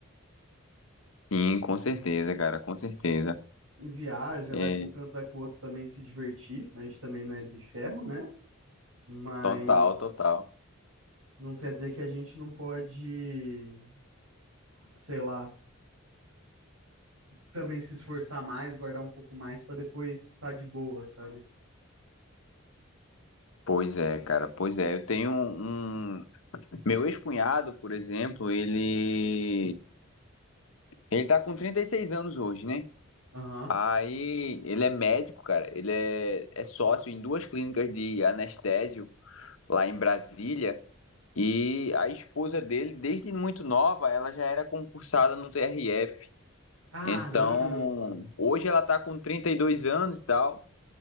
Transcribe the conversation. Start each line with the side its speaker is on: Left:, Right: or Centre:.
Left: Sim, com certeza, cara, com certeza.
Right: viaja,
Left: É,
Right: vai para um canto, vai para o outro também se divertir. A gente também não é de ferro, né? Mas
Left: total, total.
Right: não quer dizer que a gente não pode, sei lá, também se esforçar mais, guardar um pouco mais para depois estar de boa, sabe?
Left: Pois é, cara, pois é. Eu tenho um. Meu ex-cunhado, por exemplo, ele. Ele tá com 36 anos hoje, né?
Right: Aham.
Left: Aí ele é médico, cara. Ele é, é sócio em duas clínicas de anestésio lá em Brasília. E a esposa dele, desde muito nova, ela já era concursada no TRF.
Right: Caramba!
Left: Então, hoje ela tá com 32 anos e tal.